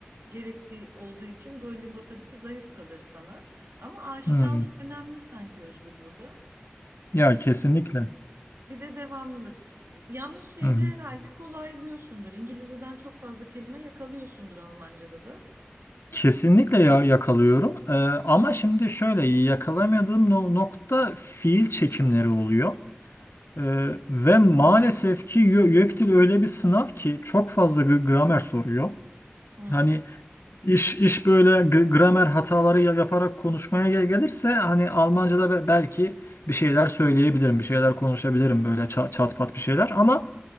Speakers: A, on the right; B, on the left.
A: gerektiği olduğu için Duolingo tabii ki zayıf kalır sana. Ama aşinalık
B: hı. Hı.
A: önemli sanki Özgür burada.
B: Ya kesinlikle.
A: Bir de devamlılık. Yalnız şeyde
B: Hı hı.
A: herhalde kolaylıyorsundur. İngilizceden çok fazla kelime yakalıyorsundur Almanca'da da.
B: Kesinlikle ya yakalıyorum. Ee, ama şimdi şöyle yakalamadığım no- nokta fiil çekimleri oluyor. Ee, ve maalesef ki Yo- YÖKDİL öyle bir sınav ki çok fazla gr- gramer soruyor.
A: Hmm.
B: Hani iş iş böyle gr- gramer hataları ya- yaparak konuşmaya gel- gelirse hani Almanca'da be- belki bir şeyler söyleyebilirim, bir şeyler konuşabilirim böyle ça- çat pat bir şeyler ama